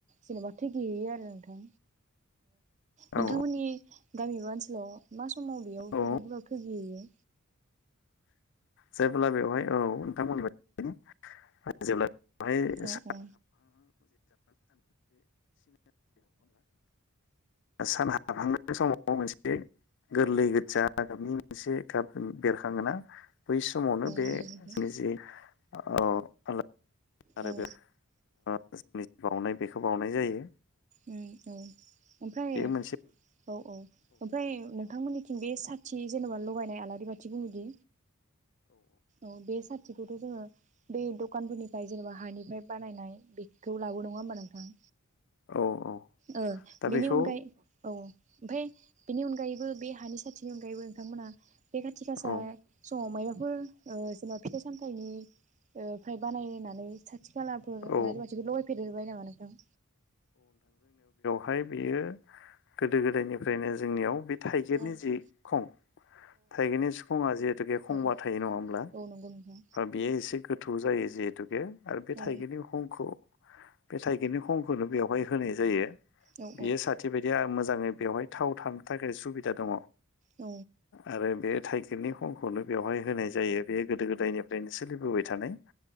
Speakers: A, on the right (about 35°); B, on the left (about 55°).
A: जेनेबा थैहैयो आरो नोंथां नोंथांमोननि
B: औ
A: गामि बा ओनसोलाव मा समाव बेयाव फोथारफोराव
B: औ
A: थैगुयो
B: जेब्ला बेवहाय औ <unintelligible>
A: औ औ
B: सान हाबहांनाय समाव मोनसे गोरलै गोजा गाबनि मोनसे गाब बेरखाङोना बै समावनो बे
A: नंगौ नोंथां
B: जोंनि जि <unintelligible> आरो
A: औ
B: बे आ जोंनि बावउनाय बेखौ बावउनाय जायो
A: उम औ ओमफ्राय
B: बे मोनसे
A: औ औ ओमफ्राय नोंथांमोननिथिं बे साथि जेनबा लगायनाय आलारि बाथि बुङोदि औ बे साथ थिखौथ जोङो बे दखानफोरनिफ्राय जेनेबा हानिफ्राय बानायनाय बेखौलाङो नङा होनबा नों थां
B: औ औ
A: ओ
B: दा
A: बेनि
B: बेखौ
A: अनगायै औ ओमफ्राय बेनि अनगायैबो बे हानि साथि बेनि अनगायैबो नोंथांमोना बे खाथि गासा
B: औ
A: समाव मायबा फोर ओ जेनेबा फिथाइ सामथनि ओ ओमफ्राय बानायनानै साथि खालाफोर
B: औ
A: आलारि बाथिबो लगायफेर फेरबाय नामा नों ओं
B: हाय बियो गोदो गोदायनिफ्रायनो जोंनियाव बे थाइगिरनि
A: औ
B: जि खं थाइगिरनि सिखङा जिहेतुके खंबा
A: औ
B: थायो नङा होमब्ला
A: औ नंगौ नोंथां
B: बेयो एसे गो थौ जायो जिहेतुके आरो बे
A: औ
B: थाइगिरनि हुखंखौ बे थाइगिरनि खं खौनो बेवहाय होनाय जायो
A: औ
B: बियो साथि बायदि आ मोजाङै बेवहाय थाव थानो थाखाय सुबिदा दङ
A: औ
B: आरो बे थाइखिरनि खं खौनो बेवहाय होनाय जायो बे गोदो गोदायनिफ्रायनो सोलिबोबाय थानाय